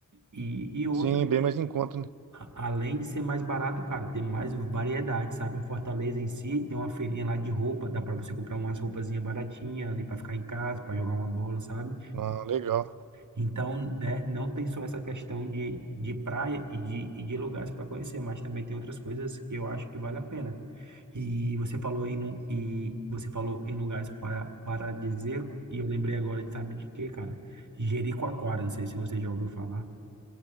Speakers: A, on the right (about 65°); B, on the right (about 90°).
A: E, e outra,
B: Sim, bem mais em conta, né?
A: Além de ser mais barato, cara, tem mais variedade, sabe? Em Fortaleza em si, tem uma feirinha lá de roupa, dá pra você comprar umas roupazinhas baratinhas ali pra ficar em casa, pra jogar uma bola, sabe?
B: Ah, legal.
A: Então, né, não tem só essa questão de, de praia e de, e de lugares para conhecer, mas também tem outras coisas que eu acho que vale a pena. E você falou em, lu- e você falou em lugares para, paradisíaco, e eu lembrei agora de, sabe de quê, cara? Jericoacoara, não sei se você já ouviu falar.